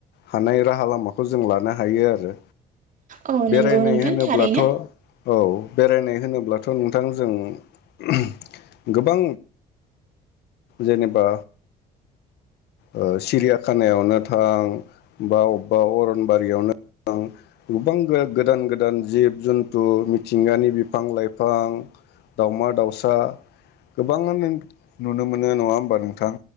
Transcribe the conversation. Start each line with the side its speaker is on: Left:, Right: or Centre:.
Left: हानाय राहा लामाखौ जों लानो हायो आरो।
Right: औ
Left: बेरायनाय
Right: नंगौ नोंथां
Left: होनोब्लाथ'
Right: थारैनो।
Left: औ बेरायनाय होनोब्लाथ' नोंथां जों उम गोबां जेनेबा ओ सिरियाखानायावनो थां, बा अबबा अरनबारियावनो थां गोबां गो-गोदान गोदान जिब जन्थु मिथिंगानि बिफां लाइफां, दावमादाउसा गोबाङानो नुनो मोनो नङा होमबा नोंथां?